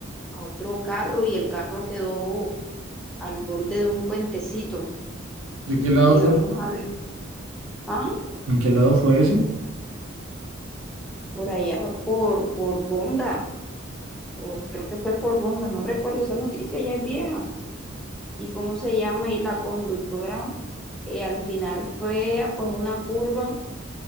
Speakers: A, in the centre; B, on the right.
A: a otro carro y el carro quedó al borde de un puentecito.
B: ¿De qué lado
A: Y
B: fue?
A: vamos a ver, ah,
B: ¿En qué lado fue eso?
A: por allá, por, por Bonda, por, creo que fue por Bonda, no recuerdo, esa noticia ya es vieja. ¿Y cómo se llama? Y la conductora eh, al final fue a coger una curva